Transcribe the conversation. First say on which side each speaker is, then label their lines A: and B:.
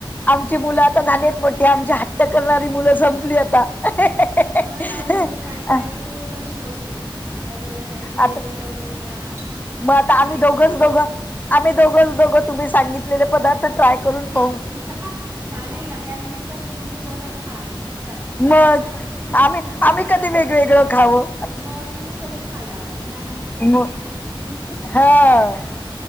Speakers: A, on the left; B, on the right.
A: आमची मुलं आता झालीयत मोठी आमच्या हा ढकलणारी मुलं संपली आता ए हे हे
B: हा ना अहो,
A: हे
B: रोज
A: हे
B: काय करायचा
A: आ.
B: तोही प्रश्न असतो. डब्याला काहीतरी वेगळं
A: आता
B: बनवून द्या.
A: मग आता
B: ही भाजी
A: आम्ही दोघंच
B: नको
A: दोघं आम्ही दोघंच दोघं तुम्ही सांगितलेले पदार्थ ट्राय
B: हा
A: करून पाहू
B: हां चालेल ना त्यानमित्ताने तुम्ही दोघं खाल मग. काय
A: मग
B: अ हुं
A: आम्ही
B: तुम्ही काय
A: आम्ही
B: खाणी
A: कधी
B: खायचं
A: वेगवेगळं
B: मग
A: खावं
B: मग तुम्ही कधी खाणार? या निमित्तानेच
A: म
B: खाल हुं.
A: हा